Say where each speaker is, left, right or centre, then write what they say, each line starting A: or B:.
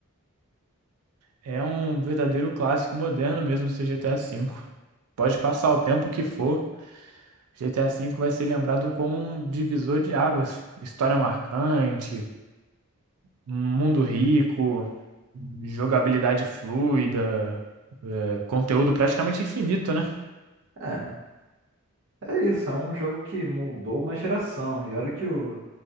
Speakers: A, on the right; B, on the right.
A: É um verdadeiro clássico moderno mesmo, esse GTA V. Pode passar o tempo que for, GTA V vai ser lembrado como um divisor de águas. História marcante, mundo rico, jogabilidade fluida, é, conteúdo praticamente infinito, né?
B: É, é isso, é um jogo que moldou uma geração. E olha que o,